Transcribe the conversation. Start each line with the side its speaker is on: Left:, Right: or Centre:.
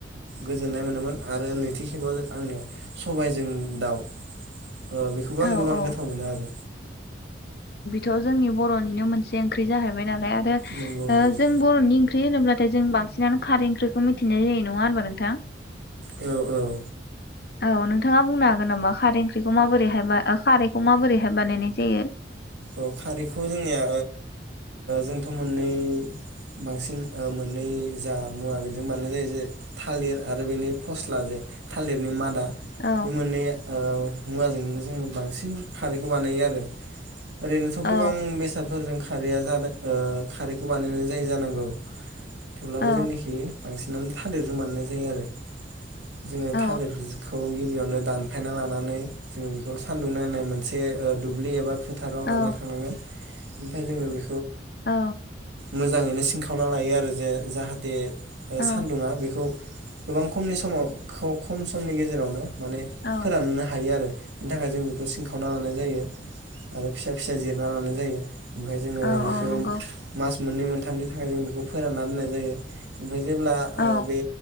Right: गोजोननाय मोनोमोन आरो नैथि खेबाव आंनिया सबायजों दाउ ओ बेखौबो
Left: औ
Right: आं गोबां
Left: औ
Right: गोथाव मोनो आरो
Left: थ जोंनि बरनिनो मोनसे ओंख्रि जाहैबाय नालाय आरो
Right: नंगौ नंगौ
Left: जों बरनि ओंख्रि होनोब्लाथाय जों बांसिनानो खारै ओंख्रिखौ मिथिनाय जायो नङा होनबा नोंथां
Right: औ औ
Left: औ नोंथाङा बुंनो हागोन नामा खारै ओंख्रिखौ माबोरैहाय खारैखौ माबोरैहाय बानायनाय जायो
Right: औ खारैखौ जोंनिया जोंथ मोननै बांसिन मोननै जा मुवा बेजों बानायनाय जायो जे थालिर आरो बेनि फस्ला जे थालिरनि मादा
Left: औ
Right: बे मोनै ओ मुवाजोंनो जोङो बांसिन खारैखौ बानायो आरो ओरैनोथ
Left: औ
Right: गोबां बेसादफोरजों खारैया जादों ओ खारैखौ बानायनानै जायो जानांगौ थेवब्लाबो
Left: औ
Right: जों निखि बांसिनानो थालेरजों बानायनाय जायो आरो जोङो
Left: औ
Right: थालिर जिखौ‌। गिबियावनो दानफायना लानानै जोङो बेखौ सान्दुं नांनाय मोनसे ओ दुब्लि एबा फो थाराव
Left: औ
Right: लाना थांनांगो। ओमफाय जोङो बे।
Left: औ।
Right: मोजाङैनो सिनखावना लायो आरो जे जाहाथे। ओ
Left: औ
Right: सान्दुंङा बेखौ। गोबां खमनि समाव खौ खम समनि गेजेरावनो। माने
Left: औ
Right: फोराननो हायो आरो। बेनि थाखाय जों बेखौ सिनखावना लानाय जायो। आरो फिसा फिसा जिरना लानाय जायो। ओमफाय जोङो
Left: औ
Right: बेखौ
Left: औ नंगौ
Right: मास। मोननै मोनथामनि थाखाय जों बेखौ फोरानना दोननाय जायो। ओमफाय जेब्ला
Left: औ
Right: ओ बे